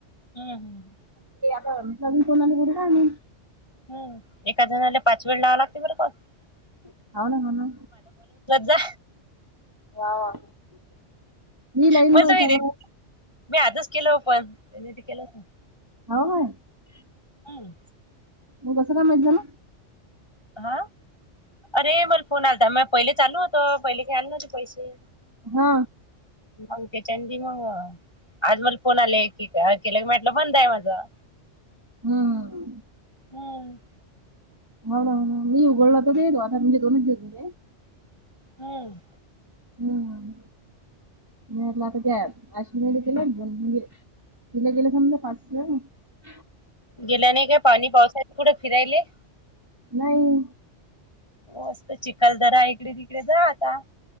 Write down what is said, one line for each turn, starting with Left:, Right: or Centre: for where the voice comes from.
Left: हम्म हम्.
Right: <unintelligible>
Left: हम् एका जणाला पाच वेळ लावला <unintelligible>
Right: हौ ना हौ ना
Left: जा
Right: वा वा. मी लाईन
Left: मग
Right: <unintelligible>
Left: मी मी आजच केलं ओ पण ह्यांनी ते केलंच नाहि.
Right: <unintelligible>
Left: हम्म
Right: मग कसं काय माहित झालं?
Left: हा अरे मला फोन आलता म पहिले चालू होतं पहिले काय आले नव्हते पैसे
Right: हा
Left: मग ते <unintelligible> मगवा आज मला फोन आले की काय केलं मी म्हंटल बंद आहे माझं
Right: हं हं
Left: हम्म
Right: हो ना हो ना मी उघडल तरी दवाखान्यात गेलोय <unintelligible>
Left: हम्म
Right: हम्म मी म्हंटल आता <unintelligible> एक दोन म्हणजे दिले गेलेत म्हंटल <unintelligible>
Left: गेल्या नाही काय पाणी पावसाचे कुठं फिरायले
Right: नाही
Left: मस्त चिखल दरा इकडे तिकडे जा आता